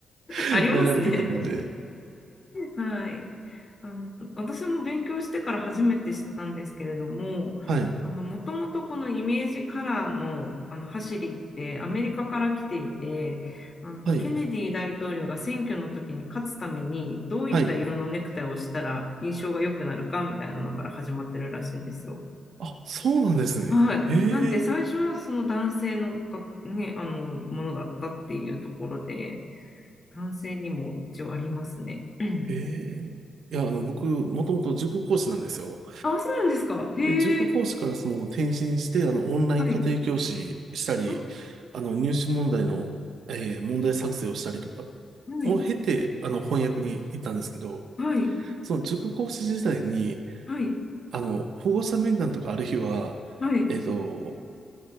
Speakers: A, on the right; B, on the left.
A: <laughs>
B: ありますね。
A: 流れてくるので、
B: はい。あの、私も勉強してから初めて知ったんですけれども、
A: はい、
B: あの、もともとこのイメージカラーの、あの、走りってアメリカから来ていて、あの、
A: はい、
B: ケネディ大統領が選挙の時に勝つためにどういった色のネクタイをしたら印象が良くなるかみたいなのから始まってるらしいんですよ。
A: はい。あ、そうなんですね。
B: はい。
A: へえ、
B: なんで、最初はその男性のが、ね、あの、ものだったっていうところで、男性にも一応ありますね。うん
A: へえ。いや、あの、僕、もともと塾講師なんですよ。
B: あ、そうなんですか。へえ。
A: で、塾講師からその転身して、あの、オンライン家庭教師したり、
B: はい。あ
A: あの、入試問題の、えー問題作成をしたりとか
B: はい。
A: を経て、あの、翻訳に行ったんですけど、
B: はい。
A: その塾講師時代に、
B: はい。
A: あの、保護者面談とかある日は、
B: はい。
A: えっと、